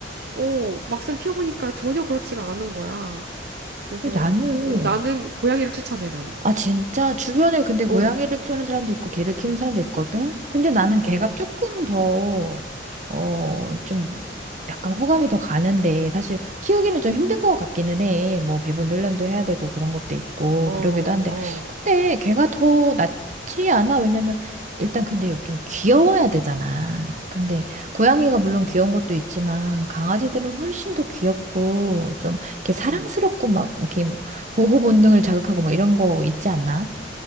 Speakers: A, on the right; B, on the right.
A: 어, 막상 키워보니까 전혀 그렇지가 않은 거야. 그래서,
B: 근데 나는
A: 어, 나는 고양이를 추천해, 나는.
B: 아, 진짜? 주변에 근데 고양이를
A: 어,
B: 키우는 사람도 있고, 개를 키우는 사람도 있거든? 근데 나는 개가
A: 어,
B: 조금 더, 어,
A: 어,
B: 좀, 약간 호감이 더 가는데, 사실 키우기는 좀 힘든 것 같기는 해. 뭐, 배분 훈련도 해야 되고, 그런 것도 있고,
A: 어,
B: 그러기도 한데.
A: 어,
B: 근데 개가 더 낫지 않아? 왜냐면, 일단 근데 좀 귀여워야 되잖아. 근데 고양이가 물론
A: 어,
B: 귀여운 것도 있지만 강아지들은 훨씬 더 귀엽고 좀 이렇게 사랑스럽고
A: 응.
B: 막 이렇게 보호 본능을 자극하고 뭐 이런 거 있지 않나?